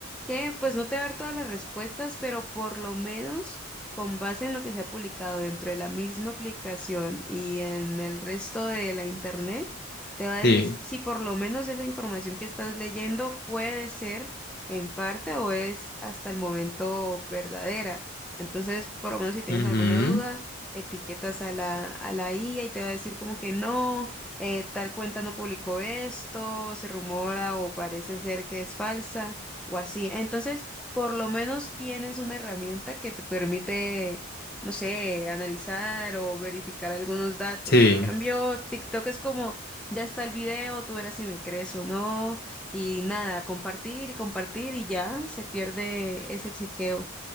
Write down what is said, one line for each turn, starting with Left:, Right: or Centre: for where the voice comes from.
Centre: que pues no te va a dar todas las respuestas, pero por lo menos con base en lo que se ha publicado dentro de la misma aplicación y en el resto de la internet, te va a
Left: sí,
Centre: decir si por lo menos esa información que estás leyendo puede ser en parte o es hasta el momento verdadera. Entonces, por lo menos si tienes
Left: ujú,
Centre: alguna duda, etiquetas a la, a la IA y te va a decir como que no, eh, tal cuenta no publicó esto, se rumora o parece ser que es falsa o así. Entonces, por lo menos tienes una herramienta que te permite... no sé, analizar o verificar algunos datos.
Left: sí.
Centre: En cambio, TikTok es como, ya está el video, tú verás si me crees o no y nada, compartir y compartir y ya se pierde ese chequeo.